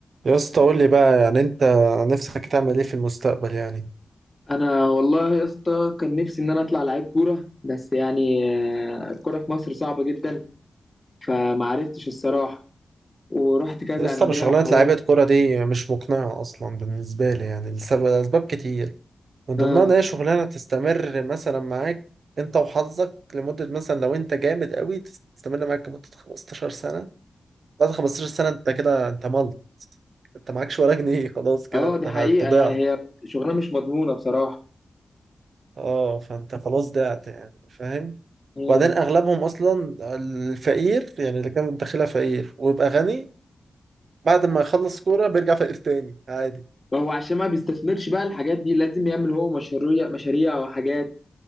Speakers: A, on the right; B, on the left.
A: يا اسطى قول لي بقى يعني انت نفسك تعمل ايه في المستقبل يعني
B: انا والله يا اسطى كان نفسي ان انا اطلع لعيب كوره بس يعني آه، الكوره في مصر صعبه جدا فما عرفتش الصراحه ورحت كذا
A: لسه
B: انديه
A: انا شغلانه
B: وحاولت
A: لعيبه كوره دي مش مقنعه اصلا بالنسبه لي يعني لسبب اسباب كتير من ضمنها
B: اه
A: ان هي شغلانه تستمر مثلا معاك انت وحظك لمده مثلا لو انت جامد قوي تستمر معاك لمده 15 سنه بعد 15 سنه انت كده انت ملك انت معكش ولا جنيه خلاص كده
B: اه
A: انت
B: دي
A: انت
B: حقيقه
A: ضعت
B: يعني هي شغلانه مش مضمونه بصراحه
A: اه فانت خلاص ضعت يعني فاهم
B: امم
A: وبعدين اغلبهم اصلا الفقير يعني اللي كان داخلها فقير ويبقى غني بعد ما يخلص كورة بيرجع فقير تاني عادي
B: ما هو عشان ما بيستثمرش بقى الحاجات دي لازم يعمل هو مشاريع مشاريع وحاجات